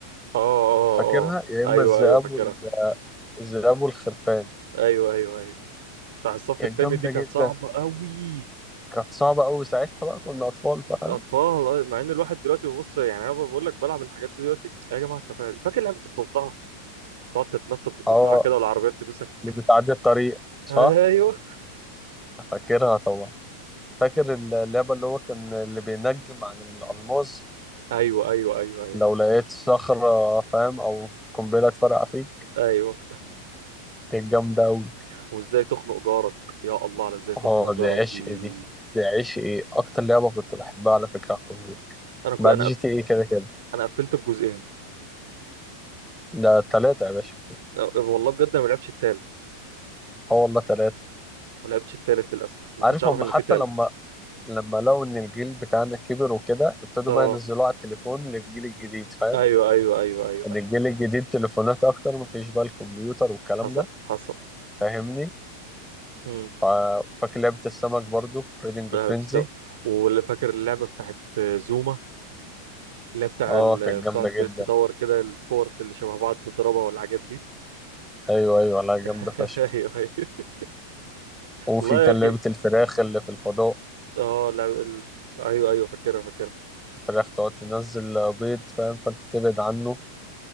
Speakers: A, on the right; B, in the centre.
A: اه اه
B: فاكرها
A: اه
B: يا إما
A: ايوه
B: الذئاب
A: ايوه فاكرها
B: وال... الذئاب والخرفان
A: ايوه ايوه ايوه بتاع الصف
B: كانت
A: التاني
B: جامدة
A: دي كانت
B: جدا
A: صعبة قوي
B: كانت صعبة أوي ساعتها بقى كنا أطفال فاهم
A: اطفال آه، مع ان الواحد دلوقتي بيبص يعني انا بقول لك بلعب الحاجات دي دلوقتي يا جماعه التفاهه دي فاكر لعبه الضفدعه تقعد تتنطط بالضفدعه
B: اه
A: كده والعربيات تدوسك
B: اللي بتعدي الطريق صح
A: ايوه
B: فاكرها طبعا فاكر اللعبة اللي هو كان اللي بينجم عن الألماظ
A: ايوه ايوه ايوه ايوه
B: لو لقيت صخرة فاهم أو قنبلة اتفرقع فيك
A: ايوه
B: كانت جامدة أوي
A: وازاي تخنق جارك يا الله على ازاي تخنق
B: اه دي
A: جارك
B: عشق
A: دي
B: دي دي عشق ايه أكتر لعبة كنت بحبها على فكرة على الكمبيوتر
A: انا كنت
B: بعد
A: انا
B: جي
A: قف...
B: تي ايه كده كده
A: انا قفلت الجزئين
B: ده تلاتة يا باشا
A: أه، والله بجد انا ما لعبتش التالت
B: اه والله تلاتة
A: ما لعبتش التالت للاسف ما
B: عارف
A: كنتش اعرف
B: هم
A: ان
B: حتى
A: في تالت
B: لما لما لقوا إن الجيل بتاعنا كبر وكده ابتدوا
A: اه
B: بقى ينزلوه على التليفون للجيل الجديد فاهم
A: ايوه ايوه ايوه ايوه أيوة.
B: إن الجيل الجديد تليفونات أكتر مفيش بقى الكمبيوتر والكلام
A: حصل
B: ده
A: حصل
B: فاهمني
A: امم
B: فا- فاكر لعبة السمك برضو فريدنج
A: لا
B: فرينزي
A: بتستوعب واللي فاكر اللعبة بتاعت زوما اللي هي بتاع
B: اه
A: ال...
B: كانت
A: بتقعد
B: جامدة
A: ت-
B: جدا
A: تدور كده الكور اللي شبه بعض تضربها والحاجات دي
B: ايوه ايوه لا جامدة
A: <laughs>
B: فشخ
A: ايوه ايوه
B: وفي
A: والله
B: كان
A: يا اخي
B: لعبة الفراخ اللي في الفضاء
A: اه لا ال... ايوه ايوه فاكرها فاكرها
B: الفراخ تقعد تنزل بيض فاهم فانت تبعد عنه